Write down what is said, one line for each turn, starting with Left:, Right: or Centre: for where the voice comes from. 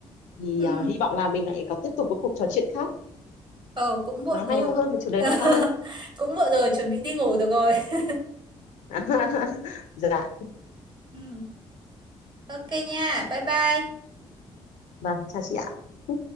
Left: Thì
Right: Ừ,
Left: ờ, hy vọng là mình lại có tiếp tục cái cuộc trò chuyện khác
Right: ờ cũng muộn
Left: nó hay
Right: rồi.
Left: ho hơn và chủ đề
Right: <laughs>
Left: hay ho hơn.
Right: Cũng muộn rồi, chuẩn bị đi ngủ được rồi. <laughs>
Left: <laughs> Dạ,
Right: Ừ, ok nha, bye bye.
Left: vâng, chào chị ạ.